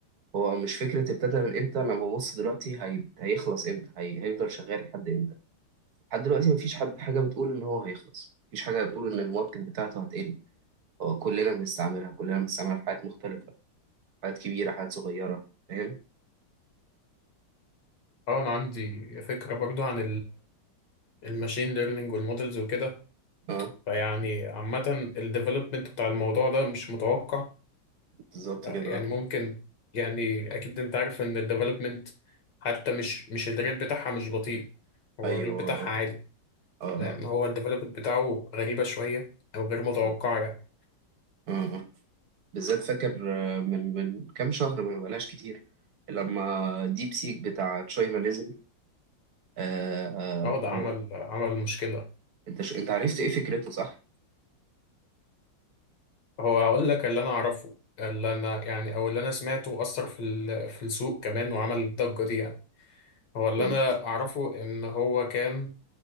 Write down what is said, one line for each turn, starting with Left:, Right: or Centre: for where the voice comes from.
Right: هو مش فكرة ابتدى من امتى انا ببص دلوقتي هي... هيخلص امتى هي... هيفضل شغال لحد امتى لحد دلوقتي مفيش حد حاجة بتقول ان هو هيخلص مفيش حاجة بتقول ان الماركت بتاعته هتقل هو كلنا بنستعملها كلنا بنستعملها في حاجات مختلفة حاجات كبيرة حاجات صغيرة فاهم
Left: اه انا عندي فكره برضو عن الماشين ليرنينج والمودلز وكده
Right: اه
Left: فيعني عامه الديفلوبمنت بتاع الموضوع ده مش متوقع
Right: بالظبط كده
Left: يعني
Right: آه.
Left: ممكن يعني اكيد انت عارف ان الديفلوبمنت حتى مش مش الريت بتاعها مش بطيء هو
Right: ايوه
Left: الريت بتاعها
Right: اه
Left: عالي
Right: اه اه
Left: لان
Right: آه.
Left: هو الديفلوبمنت بتاعه غريبه شويه او غير متوقعه
Right: بالظبط
Left: يعني
Right: اه آه. بالذات فاكر آه، من من كام شهر ما بقالهاش كتير لما ديب سيك بتاع تشاينا نزل آه آه
Left: اه ده
Right: هو
Left: عمل عمل مشكله
Right: انت ش... انت عرفت ايه فكرته صح؟
Left: هو هقول لك اللي انا اعرفه اللي انا يعني او اللي انا سمعته اثر في ال- في السوق كمان وعمل الضجه دي يعني هو اللي
Right: قول
Left: انا اعرفه ان هو كان